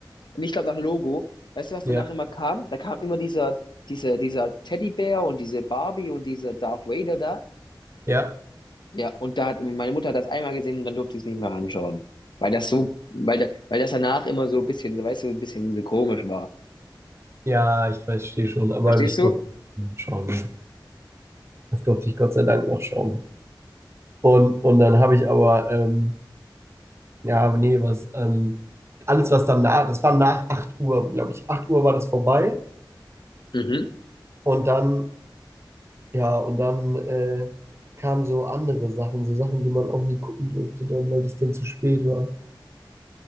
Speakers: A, on the left (about 70°); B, on the right (about 35°).
A: Und ich glaube nach Logo, weißt du, was
B: Ja,
A: danach immer kam? Da kam immer dieser, dieser, dieser Teddybär und diese Barbie und dieser Darth Vader da.
B: ja,
A: Ja, und da hat meine Mutter hat das einmal gesehen und dann durfte ich es nicht mehr anschauen. Weil das so, weil, da- weil das danach immer so ein bisschen, weißt du, ein bisschen komisch war.
B: ja, ich verstehe schon, aber
A: Verstehst
B: ich
A: du?
B: durfte nicht schauen. Ja. Das durfte ich Gott sei Dank noch schauen. Und, und dann habe ich aber ähm, Ja, aber nee, was, ähm, alles, was dann nach, das war nach 8 Uhr, glaube ich. acht Uhr war das vorbei.
A: Mhm.
B: Und dann, ja, und dann äh, kamen so andere Sachen, so Sachen, die man auch nie gucken durfte, dann, weil es dann zu spät war.